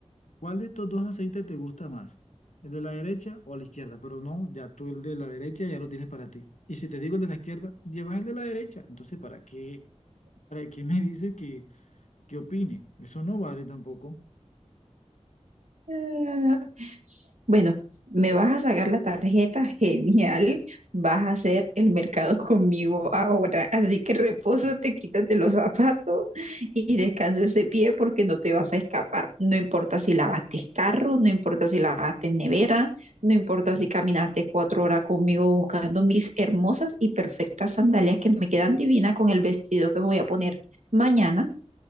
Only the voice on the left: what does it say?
¿Cuál de estos dos aceites te gusta más? ¿El de la derecha o la izquierda? Pero no, ya tú el de la derecha ya lo tienes para ti. Y si te digo el de la izquierda, llevas el de la derecha. Entonces, ¿para qué, para qué me <laughs> dices que, que opine? Eso no vale tampoco.